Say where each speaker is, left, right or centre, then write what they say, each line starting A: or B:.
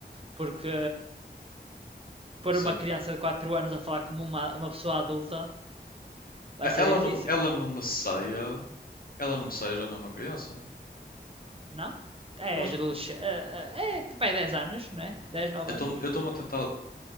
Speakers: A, on the right; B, on the left.
A: porque pôr
B: Sim.
A: uma criança de 4 anos a falar como uma, uma pessoa adulta vai ser
B: Ela
A: difícil,
B: não, ela não me saia. Ela não me saia já não é uma criança.
A: não? É,
B: Eu acho.
A: adolescente, é, é, tipo, é 10 anos, não é? dez 9
B: Eu
A: anos.
B: estou-me a tentar. Eu